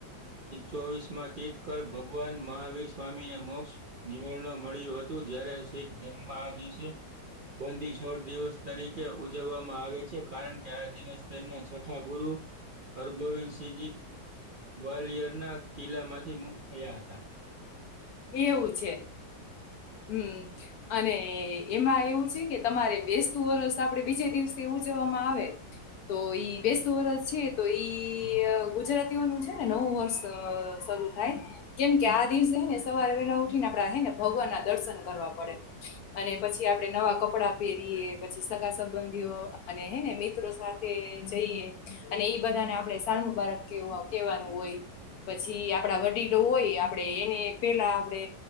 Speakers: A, on the right; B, on the left.
A: ચોવીસ માં તીર્થકર ભગવાન મહાવીર સ્વામીને મોક્ષ નિવરણ મળ્યું હતું જ્યારે શીખ ધર્મ આ દિવસે બંધી છોડ દિવસ તરીકે ઉજવવામાં આવે છે કારણ કે આ દિવસ તેમના છોઠા ગુરુ હરગોવિંદસિંહજી ગ્વાલિયર ના કિલ્લા માંથી મુક્ત થયા હતા
B: એવું છે હમ અને એમાં એવું છે કે તમારે બેસતું વરષ આપડે બીજે દિવસથી ઉજવવામાં આવે તો ઈ બેસ્ટ વર્ષ છે તો ઈ ગુજરાતીઓનું છે ને નવું વર્ષ શરૂ થાય કેમ કે આ દિવસે હેને સવારે વેલા ઉઠી ને આપડા હે ને ભગવાન ના દર્શન કરવા પડે અને પછી આપડે નવા કપડા પહેરીયએ પછી સગા સંબંધીઓ અને હેને મ સાથે જઈએ અને ઈ બધાને આપડ સાાર મુબારક કેવાનું હોય પછી આપડા વડીલો હોય આપડે એને પેલા આપડે